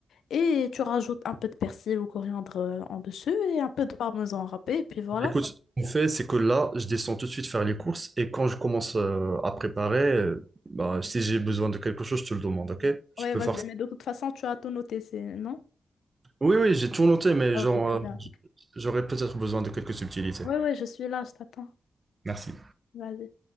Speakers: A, on the left; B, on the right.
A: Et tu rajoutes un peu de persil ou coriandre euh, en dessus et un peu de parmesan râpé. Et puis voilà.
B: Écoute, ce qu'on fait, c'est que là, je descends tout de suite faire les courses et quand je commence euh, à préparer, euh, bah, si j'ai besoin de quelque chose, je te le demande, ok? Tu
A: Ouais,
B: peux
A: vas-y,
B: faire ça.
A: mais de toute façon, tu as tout noté, c'est... Non?
B: Oui, oui, j'ai tout noté, mais
A: Ah,
B: genre,
A: ok, très
B: euh,
A: bien.
B: j'aurais peut-être besoin de quelques subtilités.
A: Ouais, ouais, je suis là, je t'attends.
B: Merci.
A: Vas-y.